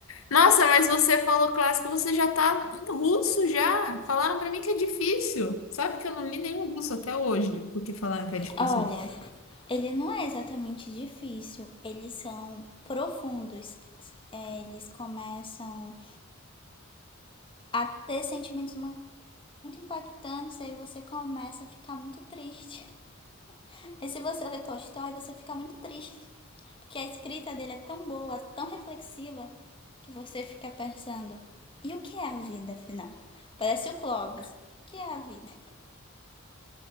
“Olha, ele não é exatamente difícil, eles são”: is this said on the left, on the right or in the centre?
Left